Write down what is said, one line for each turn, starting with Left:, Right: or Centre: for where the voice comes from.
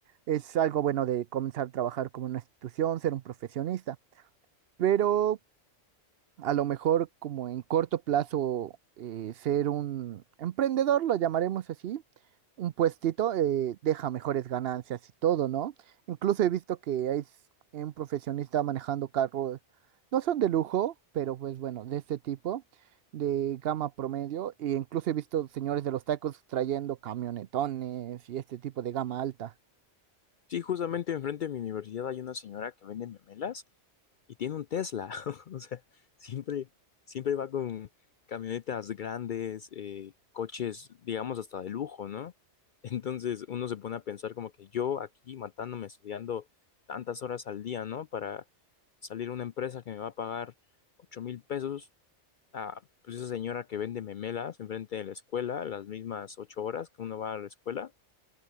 Right: Es algo bueno de comenzar a trabajar como una institución, ser un profesionista. Pero a lo mejor como en corto plazo eh, ser un emprendedor, lo llamaremos así, un puestito eh, deja mejores ganancias y todo, ¿no? Incluso he visto que hay s- un profesionista manejando carros, no son de lujo, pero pues bueno, de este tipo, de gama promedio, e incluso he visto señores de los tacos trayendo camionetones y este tipo de gama alta.
Left: Sí, justamente enfrente de mi universidad hay una señora que vende memelas y tiene un Tesla. <laughs> O sea, siempre, siempre va con camionetas grandes, eh, coches, digamos, hasta de lujo, ¿no? <laughs> Entonces uno se pone a pensar como que yo aquí matándome, estudiando tantas horas al día, ¿no? Para salir a una empresa que me va a pagar ocho mil pesos a pues esa señora que vende memelas enfrente de la escuela, las mismas ocho horas que uno va a la escuela